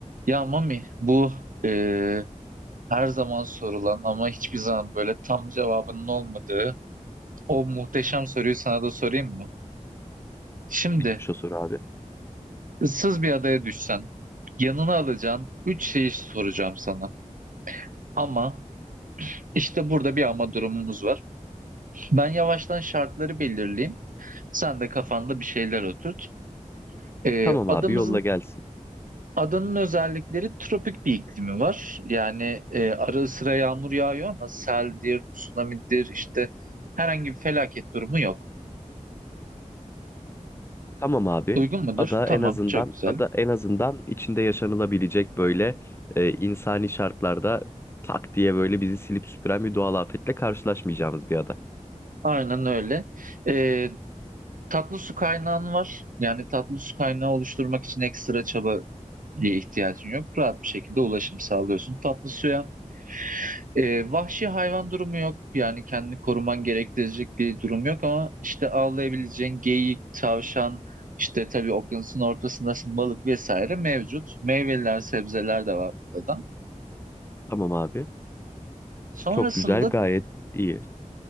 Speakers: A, on the right; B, on the left.
A: Ya Mami bu e, her zaman sorulan ama hiçbir zaman böyle tam cevabının olmadığı o muhteşem soruyu sana da sorayım mı? Şimdi
B: Neymiş o soru abi?
A: ıssız bir adaya düşsen yanına alacağın üç şeyi soracağım sana. Ama işte burada bir ama durumumuz var. Ben yavaştan şartları belirleyeyim. Sen de kafanda bir şeyler oturt. E,
B: Tamam
A: adamızın
B: abi yolla gelsin.
A: Adanın özellikleri tropik bir iklimi var. Yani e, ara sıra yağmur yağıyor ama seldir, tsunamidir işte herhangi bir felaket durumu yok.
B: Tamam abi.
A: Uygun mudur?
B: Ada
A: Tamam,
B: en azından
A: çok güzel.
B: ada en azından içinde yaşanılabilecek böyle e, insani şartlarda tak diye böyle bizi silip süpüren bir doğal afetle karşılaşmayacağımız bir ada.
A: Aynen öyle. E, tatlı su kaynağın var. Yani tatlı su kaynağı oluşturmak için ekstra çaba diye ihtiyacın yok. Rahat bir şekilde ulaşım sağlıyorsun tatlı suya. Ee, vahşi hayvan durumu yok. Yani kendini koruman gerektirecek bir durum yok ama işte avlayabileceğin geyik, tavşan, işte tabii okyanusun ortasındasın balık vesaire mevcut. Meyveler, sebzeler de var burada.
B: Tamam abi.
A: Sonrasında
B: Çok güzel, gayet iyi.